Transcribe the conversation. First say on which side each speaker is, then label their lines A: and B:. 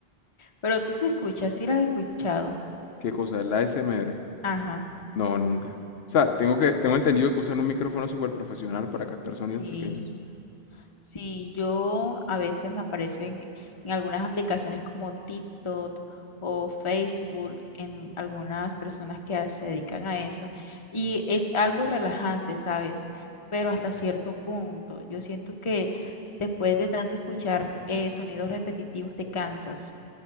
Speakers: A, on the left; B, on the left.
A: Pero tú sí escuchas, sí las has escuchado.
B: ¿Qué cosa es la ASMR?
A: Ajá.
B: No, nunca. O sea, tengo que, tengo
A: Ah,
B: entendido que usan un micrófono súper profesional para captar sonidos
A: Sí,
B: pequeños.
A: sí, yo a veces me aparecen en algunas aplicaciones como TikTok o Facebook, en algunas personas que a- se dedican a eso, y es algo relajante, ¿sabes? Pero hasta cierto punto, yo siento que después de tanto escuchar eh, sonidos repetitivos te cansas.